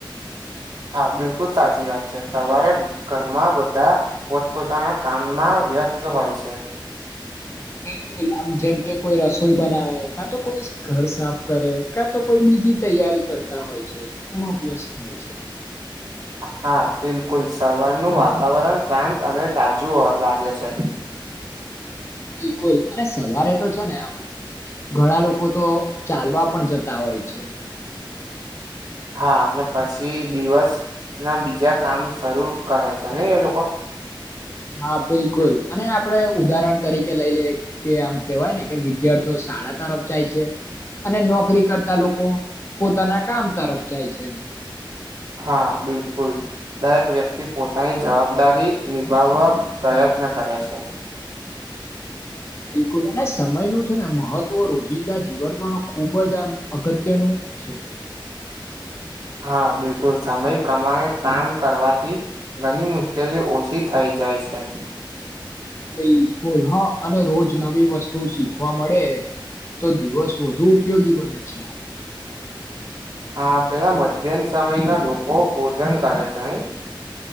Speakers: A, on the right; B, on the left.
A: <inaudible> હા બિલકુલ સાચી વાત છે સવારે ઘરમાં બધા પોતપોતાના કામમાં વ્યસ્ત હોય છે.
B: બિલકુલ આમ જેમ કે કોઈ રસોઈ બનાવે કા તો કોઈ ઘર સાફ કરે કા તો કોઈ બીજી તૈયારી કરતા હોય છે એમાં વ્યસ્ત હોય છે.
A: <inaudible> હા બિલકુલ સવારનું વાતાવરણ શાંત અને તાજું લાગે છે. હમ
B: બિલકુલ અને સવારે તો છે ને આમ ઘણા લોકો તો ચાલવા પણ જતા હોય છે
A: હા અને પછી દિવસ ના બીજા કામ શરૂ કરે છે ને એ લોકો
B: હા બિલકુલ અને આપડ ઉદાહરણ તરીકે લઈ લઈએ કે આમ કેવાય ને કે વિદ્યાર્થીઓ સાડા તરફ જાય છે અને નોકરી કરતા લોકો પોતાના કામ તરફ જાય છે
A: હા બિલકુલ દરેક વ્યક્તિ પોતાની જવાબદારી નિભાવવા પ્રયત્ રયત્ન કરે છે
B: બિલકુલ અને સમય ન છે ને મહત્વ રોજિંદા જીવનમાં ખુબ જ આમ અગત્યનું છે.
A: હા બિલકુલ સમય પ્રમાણે કામ કરવાથી ઘણી મુશ્કેલી ઓછી થઈ જાય છે.
B: બિલકુલ હા અને રોજ નવી વસ્તુ શીખવા મળે તો દિવસ વધુ ઉપયોગી બને છે.
A: <inaudible> હા પેલા મધ્યમ સમય ના લોકો ભોજન કરે છે નઈ